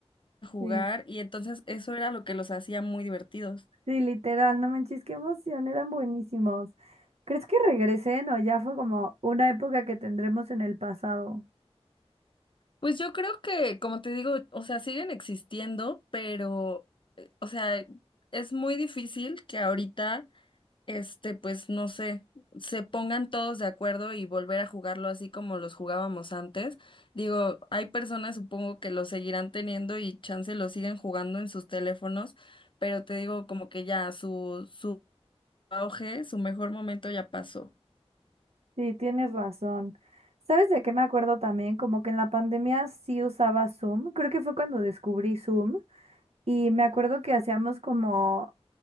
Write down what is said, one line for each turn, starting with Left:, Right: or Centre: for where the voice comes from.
Left: jugar
Right: Sí.
Left: y entonces eso era lo que los hacía muy divertidos.
Right: Sí, literal, no manches, qué emoción, eran buenísimos. ¿Crees que regresen o ya fue como una época que tendremos en el pasado?
Left: Pues yo creo que, como te digo, o sea, siguen existiendo, pero, eh, o sea, es muy difícil que ahorita este, pues no sé, se pongan todos de acuerdo y volver a jugarlo así como los jugábamos antes. Digo, hay personas supongo que lo seguirán teniendo y chance lo siguen jugando en sus teléfonos, pero te digo como que ya su, su auge, su mejor momento ya pasó.
Right: Sí, tienes razón. ¿Sabes de qué me acuerdo también? Como que en la pandemia sí usaba Zoom, creo que fue cuando descubrí Zoom y me acuerdo que hacíamos como